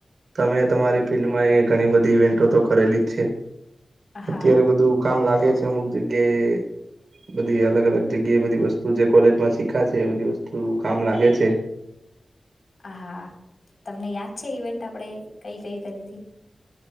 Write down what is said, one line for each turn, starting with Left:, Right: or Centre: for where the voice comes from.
Right: તમે તમારી ફિલ્ડમા એ ઘણી, બધી ઇવેન્ટો તો કરેલી જ છે.
Left: આ
Right: અત્યારે
Left: હા
Right: બધું કામ લાગે છે, અમુક જગ્યાએ બધી અલગ અલગ જગ્યા એ બધી વસ્તુ જે કોલેજમાં શીખા છે, એ બધી વસ્તુ કામ લાગે છે. ઓકે
Left: હ હા, તમને યાદ છે, ઈવેન્ટ આપણેે કઈ કઈ કરી હતી